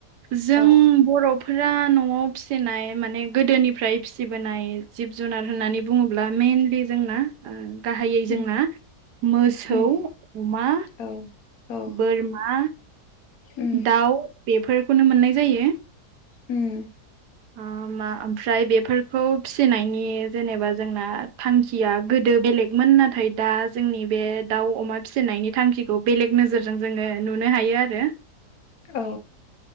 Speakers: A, on the right; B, on the left.
A: जों
B: औ
A: बर'फोरा न'आव फि फिनाय माने गोदोनिफ्राय फिसिबोनाय जिब जुनार होननानै बुङोब्ला मेनलि जोंना ओ गाहायै
B: उम
A: जोंना मोसौ
B: उम
A: अ'मा
B: औ औ
A: बोरमा
B: उम
A: दाउ बेफोरखौनो मोननाय जायो।
B: उम।
A: ओ मा आमफ्राय बेफोरखौ फिसिनायनि जेनेबा जोंना थांखिया गोदो ओ बेलेगमोन नाथाय दा जोंनि बे दाउ अ'मा फिसिनायनि थांखिखौ बेलेग नोजोरजों जोङो नु नुनो हायो आरो
B: औ।